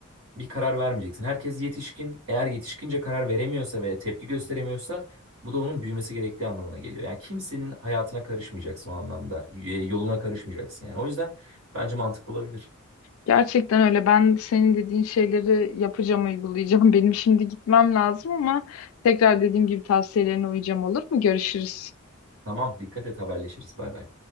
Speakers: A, on the right; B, on the left.
A: bir karar vermeyeceksin. Herkes yetişkin. Eğer yetişkince karar veremiyorsa ve tepki gösteremiyorsa bu da onun büyümesi gerektiği anlamına geliyor. Yani kimsenin hayatına karışmayacaksın o anlamda. y- Yoluna karışmayacaksın yani. O yüzden bence mantıklı olabilir.
B: Gerçekten öyle. Ben senin dediğin şeyleri yapacağım, uygulayacağım. <laughs> Benim şimdi gitmem lazım ama tekrar dediğim gibi tavsiyelerine uyacağım olur mu? Görüşürüz.
A: Tamam, dikkat et haberleşiriz. Bay bay.